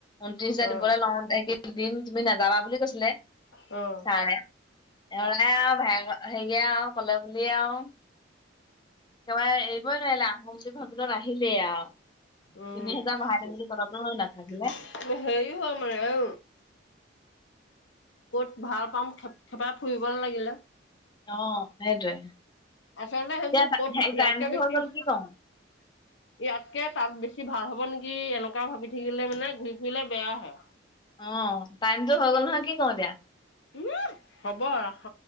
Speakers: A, on the left; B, on the left.
A: ঊত্ৰিছাজাৰি
B: অ
A: পৰা লং <unintelligible> দিম তুমি নাযাবা বুলি কৈছিলে
B: অহ
A: ছাৰে এৰাই আৰু ভ হেৰিয়ে আৰু কলে বুলিয়ে আৰু একেবাৰে এৰিবই নোৱাৰিলা সিহঁত দুজন আহিলেই আৰু
B: উম
A: তিনি হাজাৰ
B: হেৰি
A: বঢ়াই দিম বুলি ক'লেতো নাথাকিলে
B: হয় আমাৰ অ ক'ত ভাল পাম খেপ খেপাই ফুৰিব লাগিলে
A: অ সেইটোৱে
B: আচলতে সেইবোৰ
A: এতিয়া
B: ক'ত
A: হেৰি
B: ভাল ইয়াতকে
A: টাইমটো
B: বেছি
A: হৈ গ'ল
B: ইয়াতকে
A: কি কওঁ
B: তাত বেছি ভাল হব নেকি এনেকুৱা ভাবি থাকিলে মানে ঘূৰি ফুৰিলে বেয়া হে
A: অ টাইমটো হৈ গ'ল নহয় কি কওঁ এতিয়া
B: উমহ হ'ব ৰাখ